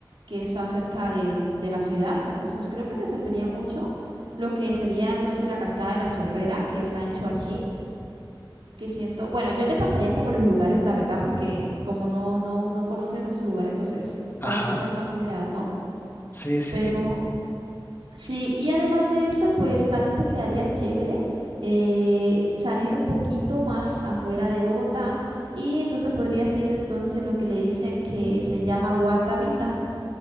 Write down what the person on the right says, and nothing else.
que están cerca del- de la ciudad. Entonces creo que te serviría mucho lo que sería entonces la cascada de la Chorrera que está en Choachí que siento, bueno, yo te pasaría como los lugares, la verdad, porque como no, no, no conoces esos lugares, entonces,
para que tengas más ideas, ¿no?
Pero
sí, y además de eso, pues también te quedaría chévere eh, salir un poquito más afuera de Bogotá y entonces podrías ir entonces lo que le dicen que se llama Guatavita.